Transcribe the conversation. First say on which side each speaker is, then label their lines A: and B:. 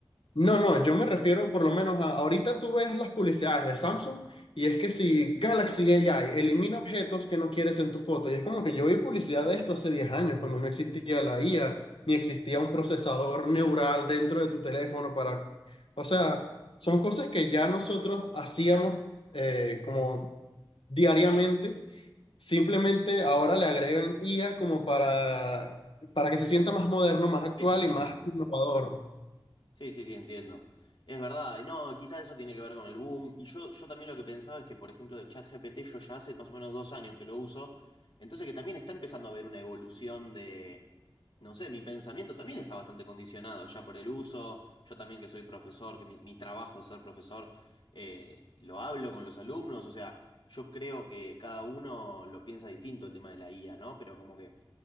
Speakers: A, on the left; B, on the left.
A: No, no, yo me refiero por lo menos a, ahorita tú ves las publicidades de Samsung y es que si Galaxy AI elimina objetos que no quieres en tu foto, y es como que yo vi publicidad de esto hace 10 años, cuando no existía la IA, ni existía un procesador neural dentro de tu teléfono para... O sea, son cosas que ya nosotros hacíamos eh, como diariamente, simplemente ahora le agregan IA como para, para que se sienta más moderno, más actual
B: Sí, totalmente.
A: y más innovador.
B: Sí, sí, sí, entiendo. Es verdad. Y No, quizás eso tiene que ver con el boom. Y yo, yo también lo que pensaba es que, por ejemplo, de ChatGPT yo ya hace más o menos dos años que lo uso. Entonces que también está empezando a haber una evolución de, no sé, mi pensamiento también está bastante condicionado ya por el uso. Yo también que soy profesor, que mi, mi trabajo es ser profesor, eh, lo hablo con los alumnos. O sea, yo creo que cada uno lo piensa distinto el tema de la IA, ¿no? Pero como que